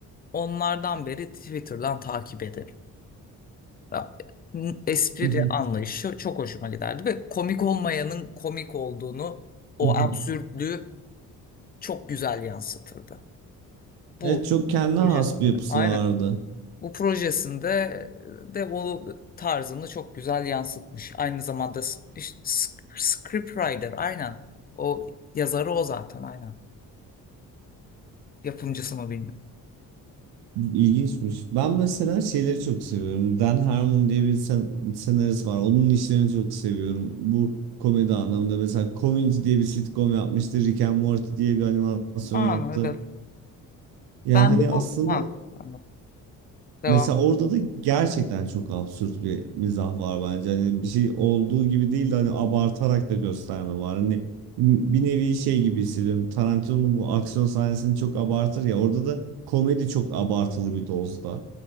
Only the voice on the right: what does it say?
mhm,
mhm.
Evet çok kendine
has bir yapısı
vardı.
İlginçmiş. Ben mesela şeyleri çok seviyorum. Dan Harmon diye bir sen senarist var. Onun işlerini çok seviyorum. Bu komedi anlamında mesela Community diye bir sitcom yapmıştı. Rick and Morty diye bir animasyon
yaptı.
Ya
hani
aslında
Mesela orada da gerçekten çok absürt bir mizah var bence. Hani bir şey olduğu gibi değil de hani abartarak da gösterme var. Hani bir nevi şey gibi hissediyorum. Tarantino'nun bu aksiyon sahnesini çok abartır ya. Orada da komedi çok abartılı bir dozda.